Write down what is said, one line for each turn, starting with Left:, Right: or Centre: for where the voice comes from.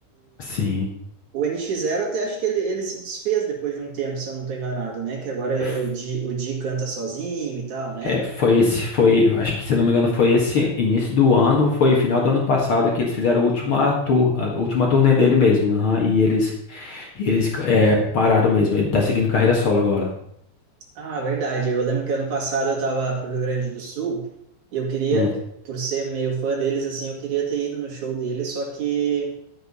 Left: sim.
Right: O nx Zero até acho que ele, ele se desfez depois de um tempo, se eu não tô enganado, né? Que agora é
Left: F-
Right: é o Di, o Di canta sozinho e tal, né?
Left: É, foi esse, foi, acho que se eu não me engano, foi esse início do ano, foi final do ano passado que eles fizeram a última tour, a última turnê dele mesmo, aham, e eles Eles é, pararam mesmo. Ele tá seguindo carreira solo agora.
Right: Ah, verdade. Eu lembro que ano passado eu tava pro Rio Grande do Sul e eu queria,
Left: Hum.
Right: por ser meio fã deles, assim, eu queria ter ido no show deles, só que